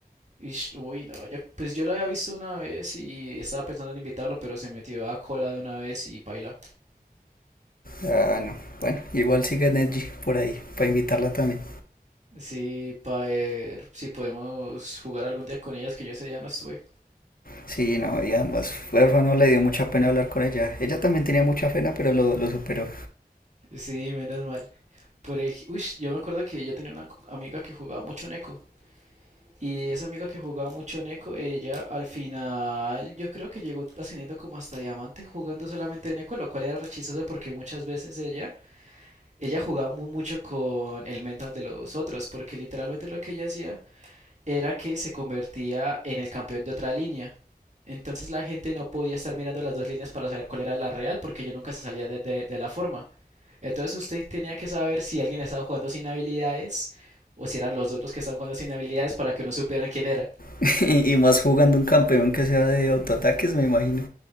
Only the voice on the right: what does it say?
Ish, uy, no, yo- pues yo lo había visto una vez y estaba pensando en invitarlo, pero se metió a cola de una vez y paila.
Sí, para ver si podemos jugar algún día con ellas, que yo ese día no estuve.
Sí, menos mal. Por ej- uy, yo me acuerdo que yo tenía una amiga que jugaba mucho Neko. Y esa amiga que jugaba mucho en Eco, ella al final yo creo que llegó ascendiendo como hasta diamante jugando solamente en Eco, lo cual era re porque muchas veces ella, ella jugaba muy mucho con el mental de los otros, porque literalmente lo que ella hacía era que se convertía en el campeón de otra línea. Entonces la gente no podía estar mirando las dos líneas para saber cuál era la real, porque ella nunca se salía de, de- de la forma. Entonces usted tenía que saber si alguien estaba jugando sin habilidades o si eran los dos los que estaban jugando sin habilidades para que no supieran quién era.